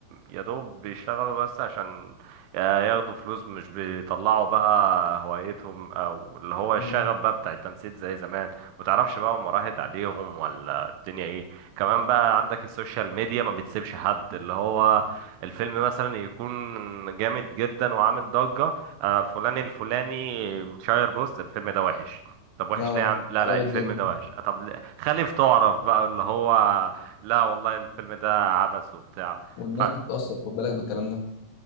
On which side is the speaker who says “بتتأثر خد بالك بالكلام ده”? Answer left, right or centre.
Left